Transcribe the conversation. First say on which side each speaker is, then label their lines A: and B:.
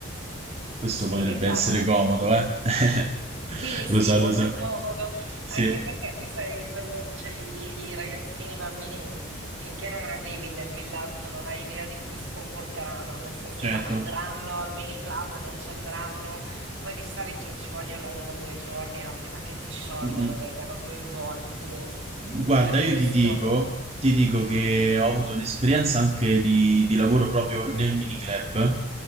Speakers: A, on the right; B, on the right.
A: Questo
B: sì,
A: potrebbe
B: mi piace.
A: essere comodo, eh? <laughs>
B: Sì, sì,
A: Lo so,
B: molto
A: lo so.
B: comodo,
A: Sì.
B: anche perché poi sai, quando cioè, i, i ragazzini, i bambini, finché non arrivi nel villaggio non hai idea di come si comporteranno, nel senso
A: Certo.
B: va- andranno al mini club, non ci andranno, poi di solito ci vogliono uno o due giorni, no, prima che si sciolgano,
A: Mh-mh.
B: vengano coinvolti,
A: Guarda,
B: per questo
A: io ti dico ti dico che ho avuto un'esperienza anche di di lavoro proprio nel miniclub,